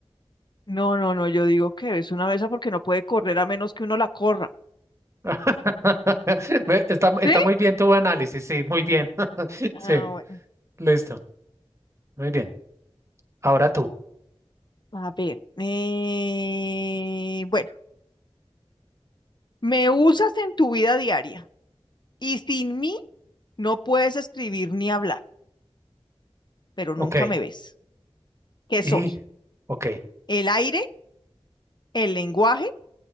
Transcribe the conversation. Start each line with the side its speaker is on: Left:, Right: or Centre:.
Left: No, no, no, yo digo que es una mesa porque no puede correr a menos que uno la corra.
Right: <laughs> Me- Está,
Left: ¿Sí?
Right: está muy bien tu análisis, sí, muy bien. <laughs> Sí,
Left: Ah, bueno.
Right: listo, muy bien. Ahora tú.
Left: A ver. eh, bueno, me usas en tu vida diaria y sin mí no puedes escribir ni hablar, pero
Right: Ok,
Left: nunca me ves. ¿Qué
Right: y,
Left: soy?
Right: ok,
Left: ¿El aire? el lenguaje